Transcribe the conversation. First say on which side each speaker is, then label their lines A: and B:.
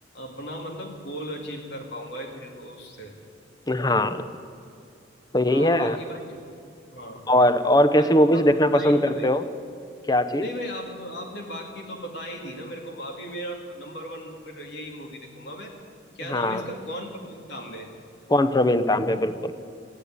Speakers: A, on the left (about 65°); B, on the left (about 20°).
A: अपना मतलब गोल अचीव कर पाऊंगा फिर उससे
B: हाँ तो यही
A: हाँ
B: है
A: बाकी भाई हाँ
B: और और कैसी
A: बाकी
B: मूवीज
A: तो आपने
B: देखना
A: बताई
B: पसंद
A: नहीं
B: करते
A: भाई
B: हो क्या चीज
A: नहीं भाई आप आपने बाकी तो बता ही दी ना मेरे को अभी मेरा नंबर वन पर यही मूवी देखूंगा मैं क्या
B: हाँ
A: नाम है इसका कौन परवीन तांबे
B: कौन प्रवीण तांबे बिल्कुल